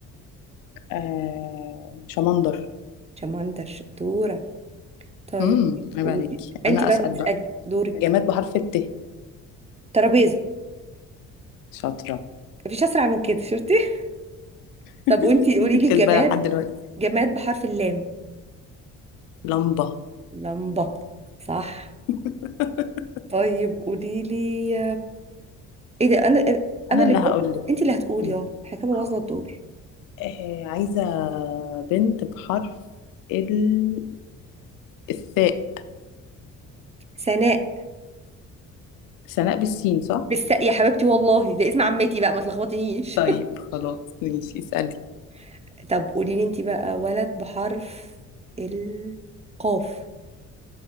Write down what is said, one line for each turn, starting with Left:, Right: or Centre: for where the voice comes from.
Left: آه شمندر
Right: شمندر شطورة طيب
Left: امم عيب
Right: قولي
Left: عليك
Right: انتي
Left: انا
Right: بقى
Left: اسأل
Right: اللي تسألي
Left: بقى
Right: دورك
Left: جماد بحرف الت
Right: ترابيزة
Left: شاطرة
Right: مفيش أسرع من كده شفتي <laughs>
Left: <laughs>
Right: طب وانتي قولي
Left: انت كسبانة
Right: لي جماد
Left: لحد دلوقتي
Right: جماد بحرف اللام
Left: لمبة
Right: لمبة صح
Left: <laughs>
Right: طيب قولي لي ايه ده انا انا
Left: انا
Right: اللي
Left: اللي
Right: جاوبت
Left: هقول لك
Right: انتي اللي هتقولي
Left: أمم.
Right: اه حكاية بوظنا
Left: اه
Right: الدور
Left: آه، عايزة بنت بحرف ال... الثاء
Right: سناء
Left: سناء بالسين صح؟
Right: بالساء يا حبيبتي والله ده اسم عمتي بقى ما تلخبطنيش
Left: طيب خلاص ماشي اسألي
Right: <laughs> طب قولي لي انتي بقى ولد بحرف القاف